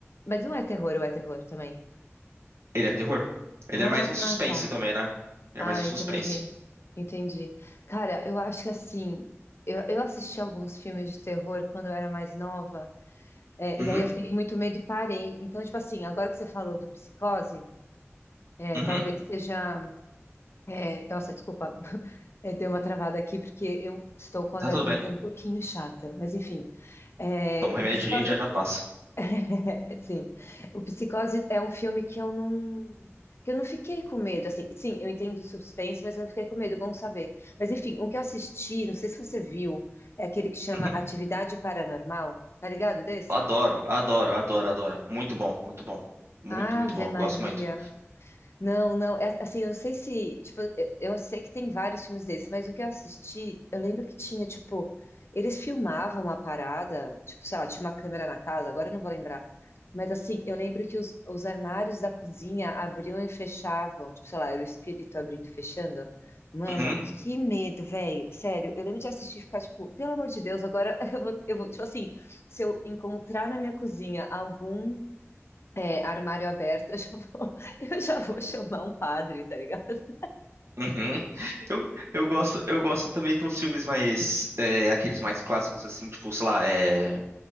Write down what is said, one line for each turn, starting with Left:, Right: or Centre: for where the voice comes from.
Left: mas não é terror, ou é terror também?
Right: Ele é terror. Ele
Left: Ah,
Right: é mais um suspense
Left: tá.
Right: também, né? Ele
Left: Ah,
Right: é mais um suspense.
Left: entendi. Entendi. Cara, eu acho que assim, eu, eu assisti alguns filmes de terror quando eu era mais nova. É,
Right: Uhum,
Left: e aí eu fiquei com muito medo e parei. Então, tipo assim, agora que você falou do psicose, é,
Right: uhum.
Left: talvez seja. é, nossa, desculpa, <laughs> é, deu uma travada aqui, porque eu estou com a
Right: Tá
Left: garganta
Right: tudo bem.
Left: um pouquinho chata, mas enfim. É,
Right: Toma um remedinho
Left: o psicose.
Right: e já já
Left: <laughs>
Right: passa.
Left: É, sim, o psicose é um filme que eu não. Que eu não fiquei com medo, assim, sim, eu entendo o suspense, mas eu não fiquei com medo, bom saber. Mas enfim, o que eu assisti, não sei se você viu, é aquele que chama
Right: Uhum.
Left: Atividade Paranormal, tá ligado desse?
Right: Adoro, adoro, adoro, adoro. Muito bom, muito bom. Muito,
Left: Ave
Right: muito bom.
Left: Maria.
Right: Eu gosto muito.
Left: Não, não, é, assim, eu não sei se, tipo, eu, eu sei que tem vários filmes desses, mas o que eu assisti, eu lembro que tinha, tipo, eles filmavam a parada, tipo, sei lá, tinha uma câmera na casa, agora eu não vou lembrar, mas assim, eu lembro que os, os armários da cozinha abriam e fechavam, tipo, sei lá, era o espírito abrindo e fechando. Mano,
Right: Uhum.
Left: que medo, velho, sério, eu lembro de assistir e ficar, tipo, pelo amor de Deus, agora <laughs> eu vou, eu vou, tipo assim, se eu encontrar na minha cozinha algum é, armário aberto, eu já vou, <laughs> eu já vou chamar um padre, tá ligado?
Right: Uhum. Eu, eu gosto, eu gosto também de uns filmes mais, é, aqueles mais clássicos assim, tipo, sei lá, é,